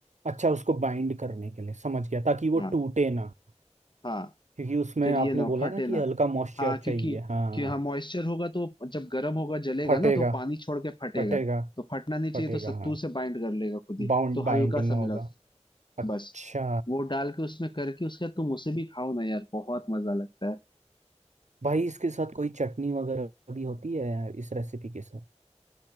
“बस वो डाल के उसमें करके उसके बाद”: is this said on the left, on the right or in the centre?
Left